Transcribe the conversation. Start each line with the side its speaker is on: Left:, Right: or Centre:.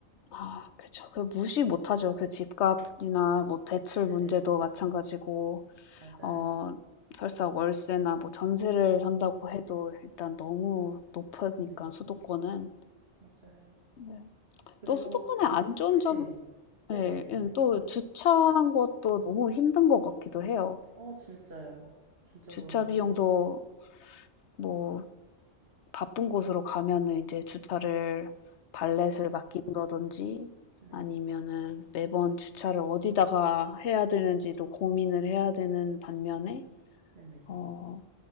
Left: 아 그쵸. 그 무시 못하죠. 그 집값이나
Right: 음,
Left: 뭐 대출
Right: 네네.
Left: 문제도 마찬가지고
Right: 맞아요.
Left: 어 설사 월세나 뭐 전세를 산다고
Right: 음,
Left: 해도 일단 너무 높으니까
Right: 네.
Left: 수도권은.
Right: 맞아요.
Left: 네.
Right: 그리고,
Left: 또 수도권의 안 좋은
Right: 네.
Left: 점
Right: 네. 네네네.
Left: 예. 예 또 주차하는 것도 너무 힘든 것 같기도 해요.
Right: 어, 진짜요. 진짜
Left: 주차
Right: 그런 것
Left: 비용도
Right: 같아요.
Left: 뭐
Right: 음,
Left: 바쁜 곳으로 가면은 인제 주차를 발렛을
Right: 음,
Left: 맡긴다든지
Right: 네.
Left: 아니면은 매번 주차를 어디다가 해야 되는지도 고민을 해야 되는 반면에
Right: 음, 네네.
Left: 어